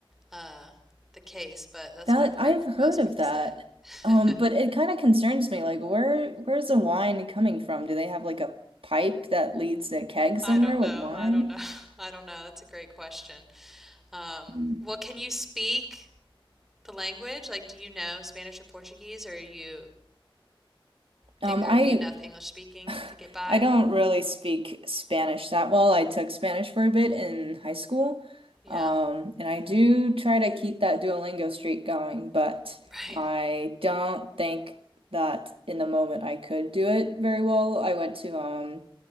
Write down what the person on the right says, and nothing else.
That
I've heard
of
that.
Um,
but it kind of concerns me. Like, where where's the wine coming from? Do they have like a pipe that leads to a keg somewhere
with
wine?
Hmm.
Um,
I
<sighs>
I don't really speak Spanish that well. I took Spanish for a bit in high school.
Um, and I do try to keep that Duolingo streak going, but
I don't think that in the moment I could do it very well. I went to um